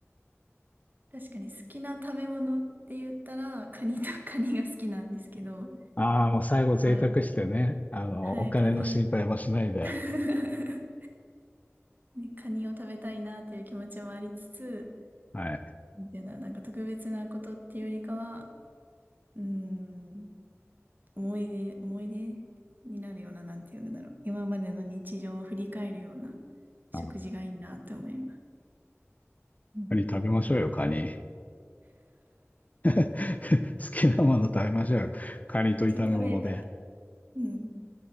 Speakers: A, on the right (about 40°); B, on the left (about 30°).
A: 確かに好きな食べ物って言ったら、カニとカニが好きなんですけど、
B: ああー、もう最後贅沢してね、
A: あ、
B: あの、
A: はい、
B: お金の心配もしないで、
A: カニ。<laughs> ね、カニを食べたいなっていう気持ちもありつつ、
B: はい。
A: なんていうんだろう、なんか特別なことっていうよりかは、うーん、思い出、思い出になるような、なんていうんだろう、今までの日常を振り返るような食事がいいなって思います。
B: あ
A: うん。
B: カニ食べましょうよ、カニ。<laughs> 好きなもの食べましょうよ。カニと炒め物で。
A: 食べれたら、うん。